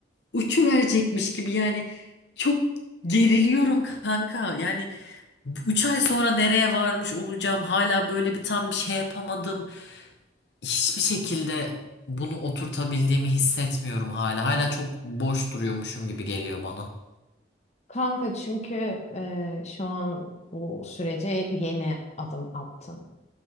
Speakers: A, on the left; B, on the left.
A: uçuverecekmiş gibi yani çok geriliyorum kanka. Yani Üç ay sonra nereye varmış olacağım? Hala böyle bir tam bir şey yapamadım. Hiçbir şekilde bunu oturtabildiğimi hissetmiyorum hala. Hala çok boş duruyormuşum gibi geliyor bana.
B: Kanka çünkü e, şu an bu sürece yeni adım attın.